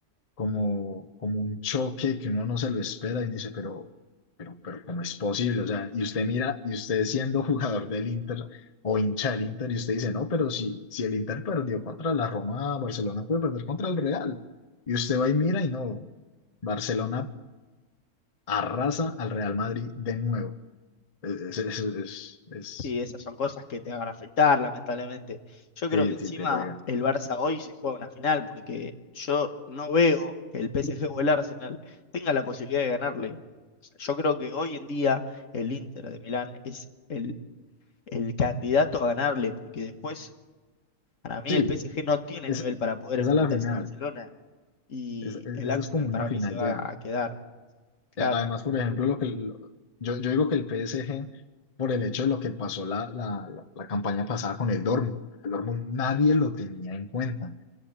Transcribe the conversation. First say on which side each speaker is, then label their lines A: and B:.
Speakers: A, on the left; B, on the left.
A: como, como un choque que uno no se lo espera y uno dice, pero, pero, pero, ¿cómo es posible? O sea, y usted mira, y usted siendo jugador del Inter o hincha del Inter, y usted dice, no, pero si, si el Inter perdió contra la Roma, Barcelona puede perder contra el Real. Y usted va y mira y no, Barcelona arrasa al Real Madrid de nuevo. Es, es, es, es-
B: Sí, esas son cosas que te van a afectar, lamentablemente. Yo
A: sí,
B: creo que encima
A: sí, te juega.
B: el Barça hoy se juega una final, porque yo no veo que el PSG o el Arsenal tenga la posibilidad de ganarle. O sea, yo creo que hoy en día el Inter de Milán es el, el candidato a ganarle, porque después, para mí,
A: Sí,
B: el PSG no tiene
A: es
B: nivel para poder
A: esa
B: enfrentarse
A: es la final.
B: al Barcelona y
A: Es- es-
B: el
A: esa
B: Arsenal
A: es como una
B: para
A: final
B: mí se va
A: ya.
B: a quedar, claro.
A: Eh, Además, por ejemplo, lo que lo- yo, yo digo que el PSG, por el hecho de lo que pasó la, la, la, la campaña pasada con el Dortmund, el Dortmund nadie lo tenía en cuenta.